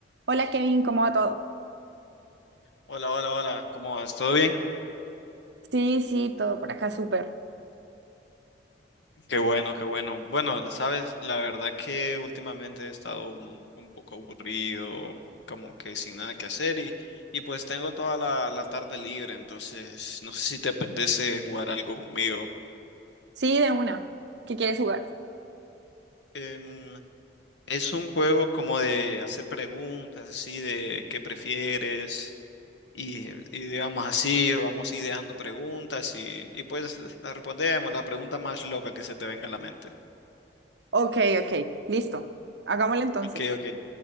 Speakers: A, on the right; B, on the left.
A: Hola Kevin, ¿cómo va todo?
B: Hola, hola, hola, ¿cómo vas? ¿Todo bien?
A: Sí, sí, todo por acá, súper.
B: Qué bueno, qué bueno. Bueno, sabes, la verdad que últimamente he estado un, un poco aburrido, como que sin nada que hacer y, y pues tengo toda la, la tarde libre, entonces no sé si te apetece jugar algo conmigo.
A: Sí, de una. ¿Qué quieres jugar?
B: Em, es un juego como de hacer preguntas, así de qué prefieres y, y digamos así, vamos ideando preguntas y, y pues las respondemos, la pregunta más loca que se te venga a la mente.
A: Ok, ok, listo. Hagámoslo entonces.
B: Ok, ok.